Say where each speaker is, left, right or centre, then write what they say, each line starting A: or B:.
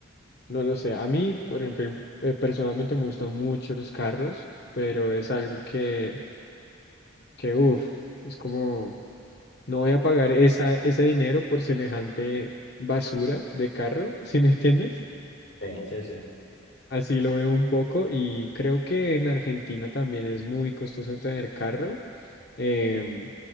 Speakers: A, on the left (about 55°); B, on the left (about 85°).
A: <laughs> no lo sé. A mí, por ejemplo, eh, personalmente me gustan mucho los carros, pero es algo que, que uff, es como, no voy a pagar esa, ese dinero por semejante basura de carro, <laughs> ¿sí me entiendes?
B: Sí, sí, sí.
A: Así lo veo un poco y creo que en Argentina también es muy costoso tener carro. Em,